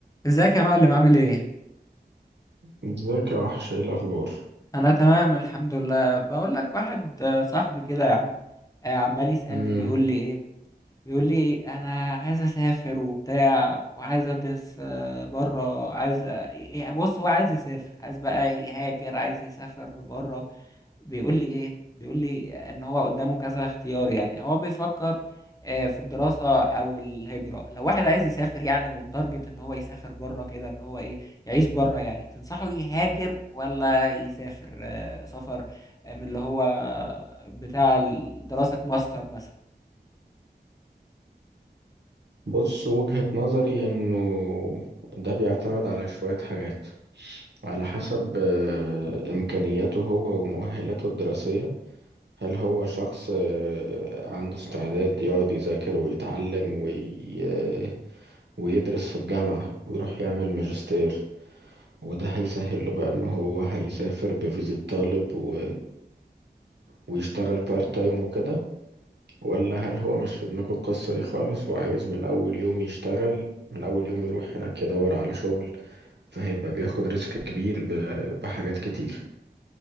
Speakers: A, on the left; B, on the right.
A: ازيك يا معلم عامل ايه
B: ازيك يا وحش ايه الاخبار
A: انا تمام الحمد لله بقول لك واحد آه، صاحبي كده يا عم آه، عمال يسألني
B: امم
A: بيقول لي ايه بيقول لي انا عايز اسافر وبتاع وعايز ادرس آه، بره عايز أ- إيه- بص هو عايز يسافر عايز بقى يهاجر عايز يسافر بره بيقول لي ايه بيقول لي ان هو قدامه كذا اختيار يعني هو بيفكر آه، في الدراسة او الهجرة لو واحد عايز يسافر يعني ومتارجت ان هو يسافر بره كده ان هو ايه يعيش بره يعني تنصحه يهاجر ولا يسافر آه، سفر آه، من اللي هو بتاع ال- دراسة ماستر مثلا
B: بص وجهة نظري انه ده بيعتمد على شوية حاجات على حسب آه، امكانياته هو ومؤهلاته الدراسية هل هو شخص آه، عنده استعداد يقعد يذاكر ويتعلم وي... آه، ويدرس في الجامعة ويروح يعمل ماجستير وده هيسهل له بقى ان هو هيسافر بفيزا طالب و... ويشتغل بارت تايم وكده ولا هل هو مش في دماغه القصة دي خالص وعايز من أول يوم يشتغل من أول يوم يروح هناك يدور على شغل فهيبقى بياخد ريسك كبير ب- بحاجات كتير